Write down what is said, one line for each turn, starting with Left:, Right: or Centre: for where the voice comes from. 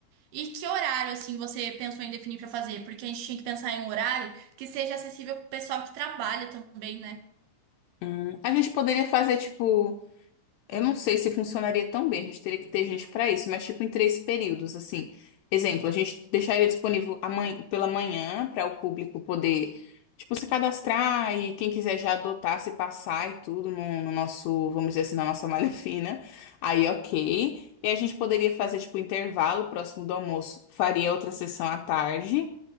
Right: E que horário, assim, você pensou em definir pra fazer? Porque a gente tinha que pensar em um horário que seja acessível pro pessoal que trabalha também, né?
Left: Hum, A gente poderia fazer, tipo. Eu não sei se funcionaria tão bem, a gente teria que ter gente para isso, mas tipo em três períodos, assim. Exemplo, a gente deixaria disponível aman- pela manhã para o público poder, tipo, se cadastrar e quem quiser já adotar, se passar e tudo no, no nosso, vamos dizer assim, na nossa malha <laughs> fina. Aí, ok. E a gente poderia fazer, tipo, intervalo próximo do almoço, faria outra sessão à tarde